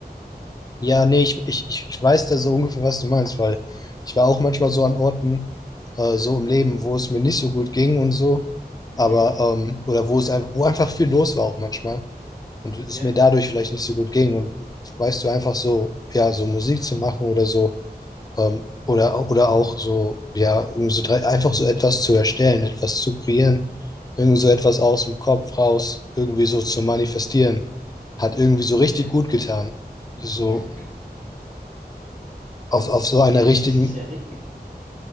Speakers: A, on the left (about 25°); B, on the right (about 45°).
A: Ja, nee, ich, ich, ich ich weiß da so ungefähr, was du meinst, weil ich war auch manchmal so an Orten, äh, so im Leben, wo es mir nicht so gut ging und so,
B: Mhm.
A: aber, ähm, oder wo es einfach, wo einfach viel los war auch manchmal und es
B: Ja,
A: mir dadurch vielleicht nicht so gut ging und weißt du, einfach so, ja, so Musik zu machen oder so Ähm, oder, oder auch so, ja, irgendwie so drei, einfach so etwas zu erstellen, etwas zu kreieren, irgendwie so etwas aus dem Kopf raus, irgendwie so zu manifestieren, hat irgendwie so richtig
B: ja,
A: gut getan. So
B: mhm.
A: auf, auf so einer
B: Ja,
A: richtigen,
B: und das ist ja richtig.